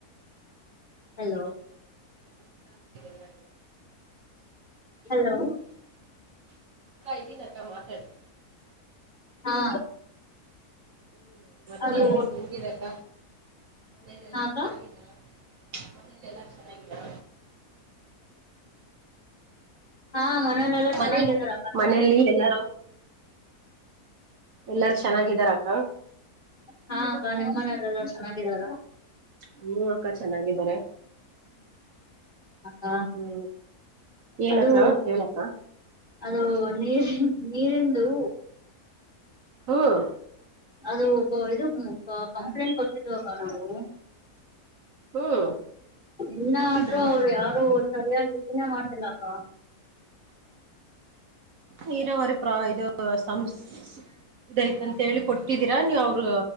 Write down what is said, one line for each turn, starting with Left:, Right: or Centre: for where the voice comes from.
Left: ಹಲೋ.
Right: <inaudible>
Left: ಹಲೋ.
Right: ಇದೀನಿ ಅಕ್ಕಾ ಮಾತಾಡಿ.
Left: ಹಾ.
Right: ಹ್ಮ್ ಮತ್ತೆ
Left: ಅದು
Right: ಎನ್ ಹೆಂಗಿದಕ್ಕ ಮನೆಯಲೆಲ್ಲ
Left: ಹಾಕ್ಕ
Right: ಚೆನ್ನಾಗಿದ್ದಾರ. ಮನೇಲಿ ಎಲ್ಲಾ ಚೆನ್ನಾಗಿದರ.
Left: ಹಾ ಮನೇಲೆೆಲ್ಲಾ ಚೆನ್ನಾಗಿದ್ದಾರೆ
Right: ಮನೆ
Left: ಅಕ್ಕಾ
Right: ಮನೇಲಿ ಎಲ್ಲಾರು. ಎಲ್ಲಾರು ಚೆನ್ನಾಗಿದಾರ ಅಕ್ಕ.
Left: ಹಾ ಅಕ್ಕಾ ನಿಮ್ಮ ಮನೇಲೆಲ್ಲ ಚೆನ್ನಾಗಿದಾರ.
Right: ಹು ಅಕ್ಕ ಚೆನ್ನಾಗಿದ್ದಾರೆ.
Left: ಅಕ್ಕ
Right: ಹ್ಮ ಏನಕ್ಕ
Left: ಅದು
Right: ಹೇಳಕ್ಕ.
Left: ಅದು ನೀರಿ ನೀರಿಂದು.
Right: <unintelligible>
Left: ಅದು ಇದು ಕಂಪ್ಲೇಂಟ್ ಕೊಟ್ಟಿದ್ವಾಕ್ಕ ನಾವು.
Right: ಹ್ಮ್
Left: ಇನ್ನಾದ್ರರು
Right: ಕೊಟ್ಟಿದ್ರಾ
Left: ಅವ್ರು ಯಾರು. ಸರಿಯಾಗಿ ಇದನ್ನ ಮಾಡತಿಲ್ಲಾಕ್ಕ.
Right: ನೀರವರಿ ಇದು <unintelligible> ಇದೈತಂತ ಹೇಳಿ ಕೊಟ್ಟಿದ್ದೀರಾ ನೀವ್ ಅವ್ರ.